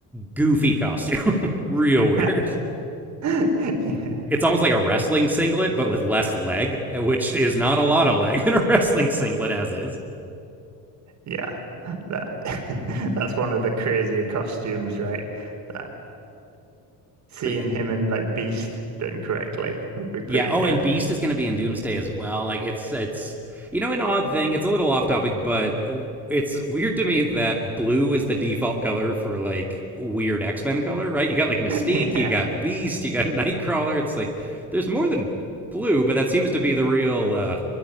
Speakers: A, in the centre; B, on the right.
A: goofy costume. <laughs> Real
B: <laughs>
A: weird.
B: yeah.
A: It's almost like a wrestling singlet, but with less leg, which is not a lot of leg <laughs> in a wrestling singlet as is.
B: Yeah, that <laughs> that's one of the crazier costumes, right? That seeing
A: But yeah,
B: him in like Beast done correctly would be pretty
A: Yeah. Oh,
B: good.
A: and Beast
B: <laughs>
A: is going to be in Doomsday as well. Like it's it's you know an odd thing. It's a little off topic, but it's weird to me that blue is the default color for like weird X Men color, right? You got like Mystique,
B: Yeah,
A: you got Beast, you got <laughs> Nightcrawler. It's like there's more than blue, but that seems to be the real uh